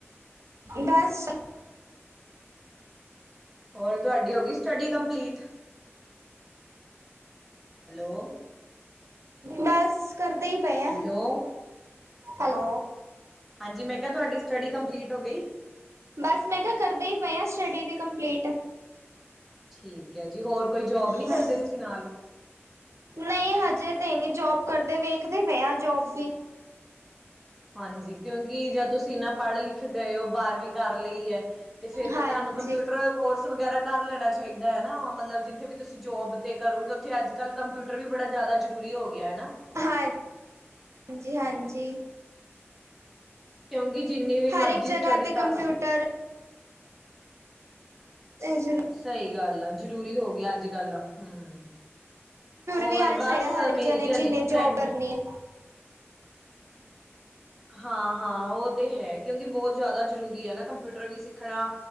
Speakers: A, on the right (about 90°); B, in the centre.
A: ਬਸ
B: ਹੋਰ ਤੁਹਾਡੀ ਹੋ ਗਈ ਸਟੱਡੀ ਕੰਪਲੀਟ, ਹੈਲੋ
A: ਬਸ ਕਰਦੇ ਈ ਪਏ ਆ,
B: ਹੈਲੋ।
A: ਹੈਲੋ
B: ਹਾਂਜੀ ਮੈਂ ਕਿਹਾ ਤੁਹਾਡੀ ਸਟੱਡੀ ਕੰਪਲੀਟ ਹੋ ਗਈ।
A: ਬਸ ਮੈਂ ਕਿਹਾ ਕਰਦੇ ਈ ਪਏ ਆ, ਸਟੱਡੀ ਵੀ ਕੰਪਲੀਟ
B: ਠੀਕ ਐ ਜੀ, ਹੋਰ ਕੋਈ ਜੋਬ ਨੀ ਕਰਦੇ
A: ਹਾਂਜੀ
B: ਤੁਸੀਂ ਨਾਲ
A: ਨਹੀਂ ਹਜੇ ਤੇ ਨੀ ਜੋਬ ਕਰਦੇ, ਵੇਖਦੇ ਪਏ ਆ ਜੋਬ ਵੀ
B: ਹਾਂਜੀ ਕਿਉਂਕਿ ਜੋ ਤੁਸੀਂ ਨਾ ਪੜ੍ਹ- ਲਿਖ ਗਏ ਔ ਬਾਰਰਵੀ ਕਰ ਲਈ ਐ ਤੇ ਫੇਰ
A: ਹਾਂਜੀ
B: ਤੇ ਤੁਹਾਨੂੰ ਕੰਪਿਊਟਰ ਦਾ ਕੋਰਸ ਵਗੈਰਾ ਕਰ ਲੈਣਾ ਚਾਹੀਦਾ ਐ ਨਾ ਮਤਲਬ ਜਿੱਥੇ ਵੀ ਤੁਸੀਂ ਜੋਬ ਤੇ ਕਰੋਂਗੀ ਉੱਥੇ ਅੱਜ- ਕੱਲ੍ਹ ਕੰਪਿਊਟਰ ਵੀ ਬੜਾ ਜ਼ਿਆਦਾ ਜਰੂਰੀ ਹੋ ਗਿਆ ਹਨਾ।
A: ਹਾਂ ਹਾਂਜੀ, ਹਾਂਜੀ
B: ਕਿਉਂਕਿ ਜਿੰਨੀ ਵੀ
A: ਹਰਕ
B: ਮਰਜ਼ੀ
A: ਇਕ ਜਗ੍ਹਾ
B: ਸਟੱਡੀ
A: ਤੇ
B: ਕਰ
A: ਕੰਪਿਊਟਰ ਜ਼
B: ਸਹੀ ਗੱਲ ਆ ਜ਼ਰੂਰੀ ਹੋ ਗਿਆ ਅੱਜ ਕੱਲ ਹਮ ਹੋਰ
A: ਵੀ ਆ <inaudible>
B: ਬਸ
A: ਦਾ ਹਰ
B: ਮੇਰੀ
A: ਇੱਕ ਜਣੇ
B: ਵੀ
A: ਜਿੰਨੇ
B: ਅੱਜ ਇੱਕ ਫਰੈਂਡ
A: ਜੋਬ ਕਰਨੀ ੲੈ।
B: ਹਾਂ ਹਾਂ ਉਹ ਤੇ ਹੈ ਕਿਉਂਕਿ ਬਹੁਤ ਜ਼ਿਆਦਾ ਜ਼ਰੂਰੀ ਐ ਨਾ ਕੰਪਿਊਟਰ ਵੀ ਸਿੱਖਣਾ।